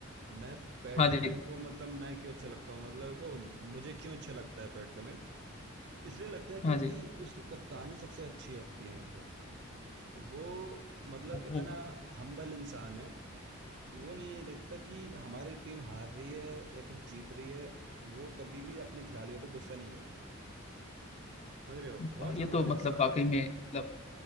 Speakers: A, on the right; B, on the left.
A: मैं पैट
B: हाँ जी
A: कमिंस को मतलब मैं क्यों अच्छा लगता हूँ मतलब वो मुझे क्यों अच्छा लगता है पैट कमिंस इसलिए लगता है क्योंकि
B: हाँ जी
A: उसकी कप्तानी सबसे अच्छी लगती है मेरे को वो मतलब
B: ओ,
A: इतना हम्बल इंसान है वो नहीं देखता कि हमारी टीम हार रही है या फिर जीत रही है वो कभी भी अपने खिलाड़ियों पे गुस्सा नहीं करता समझ रहे हो
B: हाँ,
A: बहुत
B: ये
A: हम्बल
B: तो मतलब
A: इंसान
B: वाकई
A: है
B: में मतलब